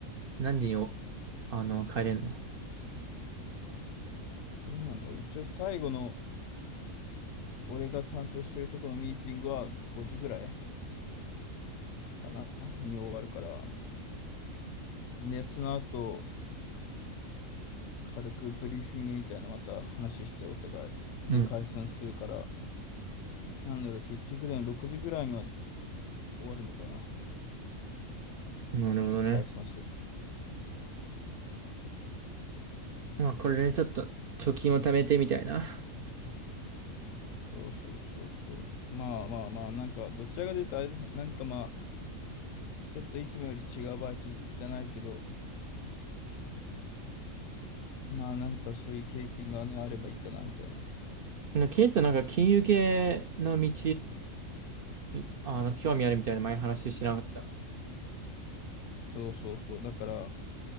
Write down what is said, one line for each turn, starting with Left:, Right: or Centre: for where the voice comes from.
Right: 何時にお、あの、帰れんの
Left: どうなんだろう。一応最後の、俺が担当してるとこのミーティングは5時ぐらいかなに終わるから。で、その後、軽くブリーフィングみたいなまた話してお互い。で、
Right: うん。
Left: 解散するから、なんだろう、結局でも6時ぐらいには終わるのかな。
Right: なるほどね。
Left: 解散する。
Right: まあ、これでちょっと、貯金を貯めてみたいな。
Left: そうそうそうそう。まあまあまあ、なんか、どちらかというとあれだ、なんかまあ、ちょっといつもより違うバイトじゃないけど、まあなんかそういう経験がね、あればいいかなみたいな。
Right: な、ケイトなんか金融系の道、みあの、興味あるみたいな前話してなかった。
Left: そうそうそう。だから、